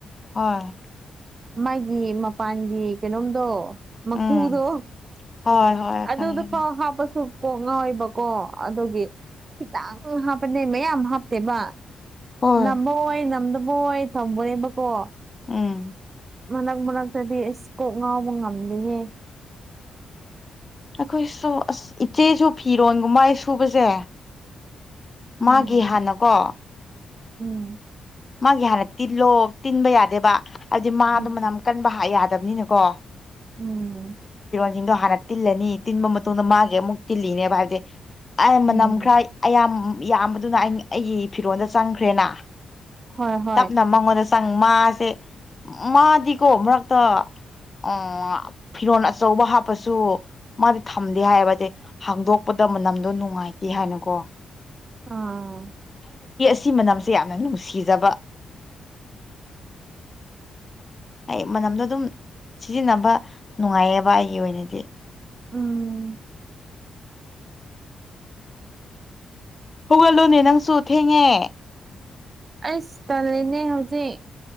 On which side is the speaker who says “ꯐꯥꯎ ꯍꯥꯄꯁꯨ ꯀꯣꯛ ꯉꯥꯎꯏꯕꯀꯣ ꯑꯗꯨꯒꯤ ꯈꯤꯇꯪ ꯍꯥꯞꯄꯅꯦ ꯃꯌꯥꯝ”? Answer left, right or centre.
Right